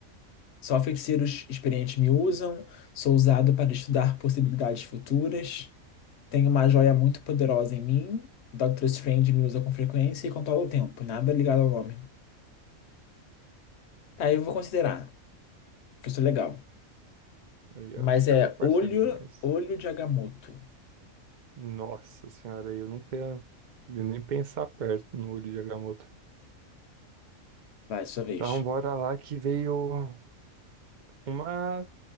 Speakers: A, on the left; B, on the right.
A: só feiticeiros experientes me usam, sou usado para estudar possibilidades futuras, tenho uma joia muito poderosa em mim, Doctor Strange me usa com frequência e controla o tempo. Nada ligado ao nome. Aí eu vou considerar, que isso é legal.
B: Aí,
A: Mas
B: ó, o cara
A: é
B: é parceiro
A: olho,
B: demais.
A: olho de Agamotto.
B: Nossa senhora, eu nunca ia nem pensar perto no olho de Agamotto.
A: Vai, sua vez.
B: Então, bora lá que veio uma.